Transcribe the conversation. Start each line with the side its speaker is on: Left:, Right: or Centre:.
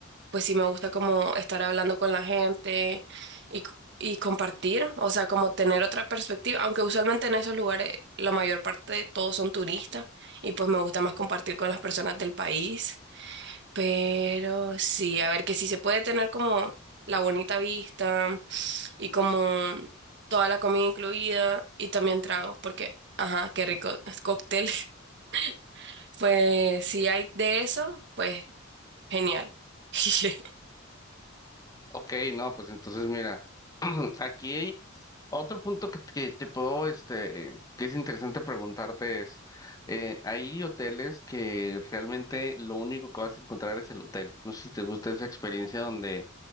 Right: pues sí me gusta como estar hablando con la gente y, c- y compartir, o sea, como tener otra perspectiva, aunque usualmente en esos lugares la mayor parte de todos son turistas y pues me gusta más compartir con las personas del país, pero sí, a ver que sí se puede tener como la bonita vista y como toda la comida incluida y también tragos, porque, ajá, qué rico, cócteles. <laughs> Pues si hay de eso, pues genial. <laughs>
Left: Ok, no, pues entonces mira. Aquí hay otro punto que, que te puedo, este, que es interesante preguntarte es, eh, hay hoteles que realmente lo único que vas a encontrar es el hotel. No sé si te gusta esa experiencia donde,